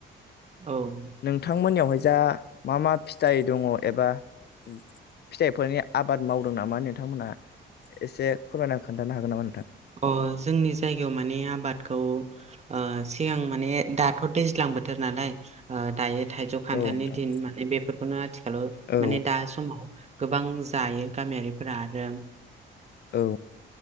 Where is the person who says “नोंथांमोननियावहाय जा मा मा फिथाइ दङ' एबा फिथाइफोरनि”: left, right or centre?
Left